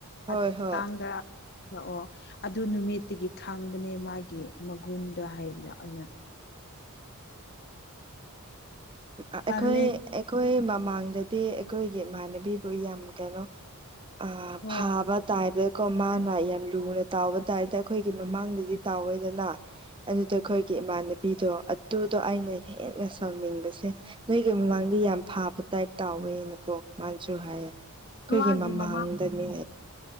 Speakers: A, on the left (about 45°); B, on the right (about 20°).
A: ꯑꯗꯨ
B: ꯍꯣꯏ
A: ꯃꯇꯥꯡꯗ
B: ꯍꯣꯏ
A: ꯂꯥꯛꯑꯣ ꯑꯗꯨ ꯅꯨꯃꯤꯠꯇꯒꯤ ꯈꯥꯡꯕꯅꯦ ꯃꯥꯒꯤ ꯃꯒꯨꯟꯗ ꯍꯥꯏꯕꯗ ꯑꯣꯏꯅ
B: ꯑꯩꯈꯣꯏ
A: ꯇꯜꯂꯦ
B: ꯑꯩꯈꯣꯏ ꯃꯃꯥꯡꯗꯗꯤ ꯑꯩꯈꯣꯏꯒꯤ ꯏꯃꯥꯟꯅꯕꯤꯕꯨ ꯌꯥꯝ ꯀꯩꯅꯣ ꯑ
A: ꯍꯣꯏ
B: ꯐꯥꯕ ꯇꯥꯏꯗꯀꯣ ꯃꯥꯅ ꯌꯥꯝ ꯂꯨꯅ ꯇꯥꯎꯕ ꯇꯥꯗ ꯑꯩꯈꯣꯏꯒꯤ ꯃꯃꯥꯡꯗꯗꯤ ꯇꯥꯎꯋꯦꯗꯅ ꯑꯗꯨꯗ ꯑꯩꯈꯣꯏꯒꯤ ꯏꯃꯥꯟꯅꯕꯤꯗꯣ ꯑꯗꯨꯗꯣ ꯑꯩꯅ ꯍꯦ ꯁꯥꯎꯅꯤꯡꯕꯁꯦ ꯅꯣꯏꯒꯤ ꯃꯃꯥꯡꯗ ꯌꯥꯝ ꯐꯥꯕ ꯇꯥꯏꯞ ꯇꯥꯎꯋꯦꯅꯀꯣ ꯃꯥꯅꯁꯨ ꯍꯥꯏꯌꯦ ꯑꯩꯈꯣꯏꯒꯤ
A: ꯃꯥꯒꯤ
B: ꯃꯃꯥꯡꯗꯅꯦ
A: ꯃꯃꯥ